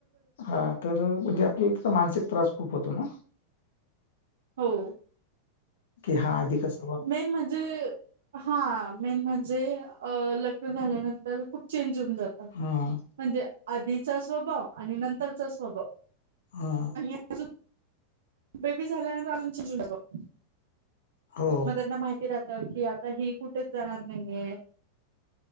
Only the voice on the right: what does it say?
हो.
मेन म्हणजे हा मेन म्हणजे अ लग्न झाल्यानंतर खूप चेंज होऊन जात.
म्हणजे आधीचा स्वभाव आणि नंतरचा स्वभाव.
पण या सु बेबी झाल्यानंतर अजून चि <unintelligible> जात <inaudible>
म त्यांना माहिती राह त की आता ही कुठेच जाणार नाहीये.